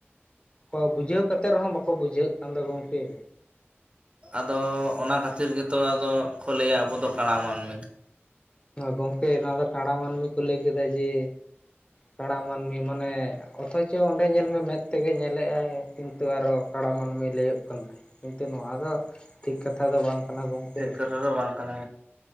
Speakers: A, on the left; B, on the right.
A: ᱚᱸ ᱵᱩᱡᱷᱟᱹᱣ ᱠᱟᱛᱮ ᱨᱮᱦᱚᱸ ᱵᱟᱠᱚ ᱵᱩᱡᱷᱟᱹᱜ ᱠᱟᱱ ᱫᱚ ᱜᱚᱝᱠᱮ᱾
B: ᱟᱫᱚ ᱚᱱᱟ ᱠᱷᱟᱹᱛᱤᱨ ᱜᱮᱛᱚ ᱟᱫᱚ ᱠᱚ ᱞᱟᱹᱭᱟ ᱟᱵᱚ ᱫᱚ ᱠᱟᱲᱟ ᱢᱟᱹᱱᱢᱤ᱾
A: ᱜᱚᱝᱠᱮ ᱱᱚᱣᱟ ᱫᱚ ᱠᱟᱲᱟ ᱢᱟᱹᱱᱢᱤ ᱠᱚ ᱞᱟᱹᱭ ᱠᱮᱫᱟ ᱡᱮ᱾ ᱠᱟᱲᱟ ᱢᱟᱹᱱᱢᱤ ᱢᱟᱱᱮ ᱚᱛᱷᱚᱪᱚ ᱚᱸᱰᱮ ᱧᱮᱞᱢᱮ ᱢᱮᱫ ᱛᱮᱜᱮ ᱧᱮᱞᱮᱭᱟᱭ᱾ ᱠᱤᱱᱛᱩ ᱟᱨᱚ ᱠᱟᱲᱟ ᱢᱟᱹᱱᱢᱤ ᱞᱟᱹᱭᱟᱹᱜ ᱠᱟᱱᱟ ᱠᱤᱱᱛᱩ ᱱᱚᱣᱟ ᱫᱚ ᱴᱷᱤᱠ ᱠᱟᱛᱷᱟ ᱫᱚ ᱵᱟᱝ᱾ ᱠᱟᱱᱟ ᱜᱚᱢᱠᱮ
B: ᱴᱷᱤᱠ ᱠᱟᱛᱷᱟ ᱫᱚ ᱵᱟᱝ ᱠᱟᱱᱟ